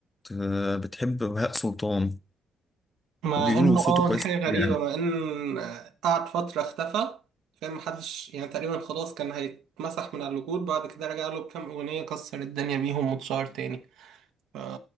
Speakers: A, on the left (about 15°); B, on the right (about 85°).
A: آه، بتحب بهاء سلطان
B: مع
A: وبيقولوا
B: انه
A: صوته
B: اه
A: كويس
B: دي حاجة غريبة
A: يعني
B: مع ان قعد فترة اختفى فاهم محدش يعني تقريبا خلاص كان هيتمسح من على الوجود بعد كده رجع له بكام اغنية كسر الدنيا بيهم واتشهر تاني ف